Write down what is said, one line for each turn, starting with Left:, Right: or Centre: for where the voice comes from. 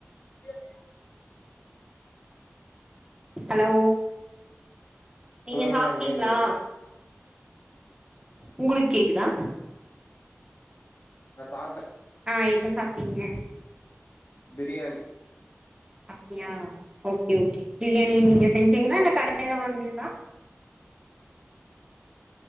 Left: இல்ல வேண்ட
Right: ஹலோ நீங்க
Left: ஹலோ மேடம்
Right: சாப்டீங்ளா
Left: கேக்குதுங்களா
Right: உங்களுக்கு கேக்குதா
Left: அ சாப்ட
Right: ஆ என்ன சாப்டீங்க
Left: பிரியாணி
Right: அப்டியா ஓகே ஓகே பிரியாணி நீங்க செஞ்சீங்ளா இல்ல கடைல்ல வாங்கினதா